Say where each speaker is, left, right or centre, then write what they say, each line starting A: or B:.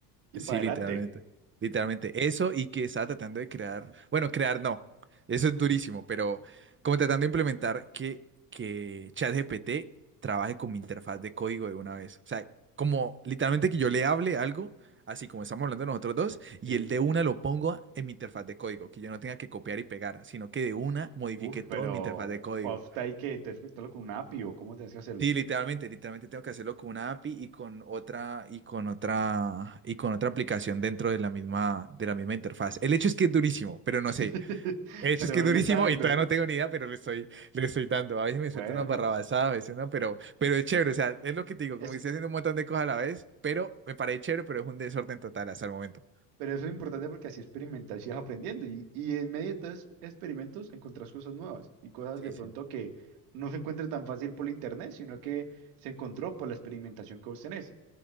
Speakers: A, on the right (about 25°); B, on the right (about 75°).
A: Sí,
B: y para adelante.
A: literalmente. Literalmente eso y que estaba tratando de crear, bueno, crear no, eso es durísimo, pero como tratando de implementar que, que ChatGPT trabaje con mi interfaz de código de una vez. O sea, como literalmente que yo le hable algo, así como estamos hablando nosotros dos, y
B: Sí.
A: el de una lo pongo en mi interfaz de código, que yo no tenga que copiar y pegar, sino que de una modifique
B: Uf,
A: todo
B: pero
A: en mi interfaz de código.
B: ¿puff, hay que te escribirlo con un API o cómo tienes que hacerlo.
A: Sí, literalmente, literalmente tengo que hacerlo con una API y con otra y con otra y con otra aplicación dentro de la misma de la misma interfaz. El hecho es que es durísimo, pero no
B: <laughs>
A: sé. El hecho
B: Pero
A: es que es durísimo
B: le está dando.
A: y todavía no tengo ni idea, pero le estoy le estoy dando. A veces me
B: Bueno,
A: suelto unas barrabasadas, a veces no, pero pero es chévere, o sea, es lo que te digo,
B: es,
A: como que estoy haciendo un montón de cosas a la vez, pero me parece chévere, pero es un desorden total hasta el momento.
B: pero eso es importante porque así experimentas y vas aprendiendo. Y, y en medio de todos esos experimentos encontrás cosas nuevas y cosas
A: Sí,
B: de pronto
A: sí,
B: que no se encuentra tan fácil por internet, sino que se encontró por la experimentación que vos tenés.